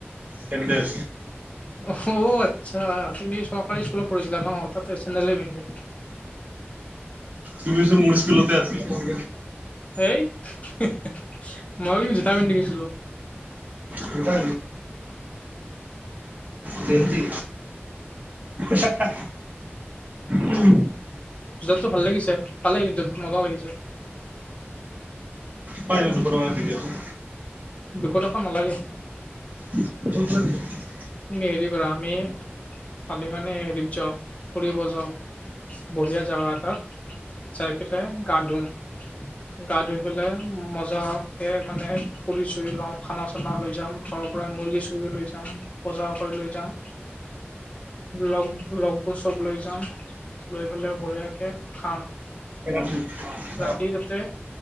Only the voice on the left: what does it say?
অ আচ্ছা তুমি চৰকাৰী স্কুলত পঢ়িছিলা ন তাতে চেন্ডেলে পিন্ধে
সেই হে হে মই কিন্তু জোতা পিন্ধি গৈছিলো
জোতাতো ভাল লাগিছে ভালে কিন্তু মজা লাগিছে
দুশ টকা নালাগে
তুমি হেৰি কৰা আমি কালি মানে হেৰিত যাও ফুৰিব যাও বঢ়িয়া জাগা এটাত চাই পেলাই গা ধুম গা ধুই পেলাই মজাকে মানে ফুৰি চুৰি লম খানা চা না লৈ যাম ঘৰৰ পৰাই মুৰ্গী চুৰ্গী লৈ যাম বজাৰ কৰি লৈ যাম লগ লগবোৰ চব লৈ যাম লৈ পেলাই বঢিয়াকে খাম
সেই তাতে